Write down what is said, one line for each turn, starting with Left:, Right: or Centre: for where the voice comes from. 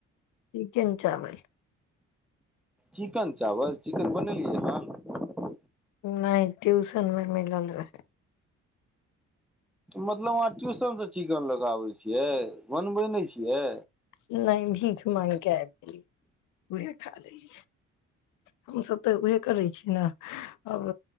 Left: चिकन चावल
Centre: चिकन चावल चिकन बनेलियै हमन
Left: नहि ट्यूशन मे मिलल रहै
Centre: मतलब अहाँ ट्यूशनसँ चिकन लगाबै छियै बनबै नहि छियै
Left: नहि भीख मांगि कए उह खा लेली हमसभ तऽ उहे करै छीय ने अब